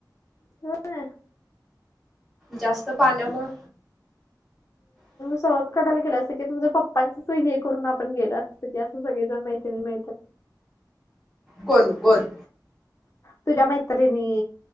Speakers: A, on the left; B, in the centre.
A: हा
B: जास्त पाण्यामुळे ह
A: सावत कढायला गेलं असं की तुमच्या पप्पांच स हे करून आपण गेलं असत की असं सगळे जण माहित मा
B: कोण कोण
A: तुजा मैत्रीणे